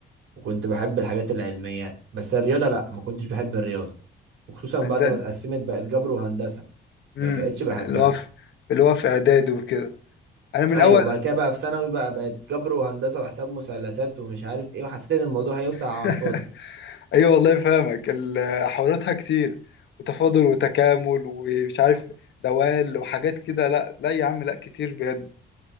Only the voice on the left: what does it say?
عايزين
امم
اللي هو في اللي هو في اعداد وكده انا من
اول
<laughs>
ايوه والله فاهمك ال- حواراتها كتير وتفاضل وتكامل ومش عارف دوال وحاجات كده لا لا يا عم لا كتير بجد